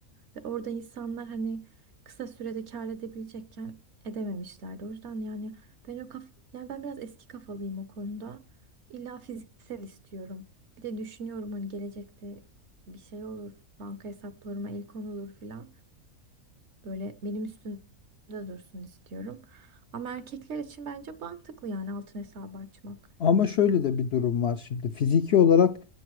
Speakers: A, on the right; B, on the left.
A: Ve orada insanlar hani kısa sürede kâr edebilecekken edememişlerdi. O yüzden yani ben o kaf yani ben biraz eski kafalıyım o konuda. İlla fiziksel istiyorum. Bir de düşünüyorum hani gelecekte bir şey olur. Banka hesaplarıma el konulur filan. Böyle benim üstümde dursun istiyorum. Ama erkekler için bence mantıklı yani altın hesabı açmak.
B: Ama şöyle de bir durum var şimdi. Fiziki olarak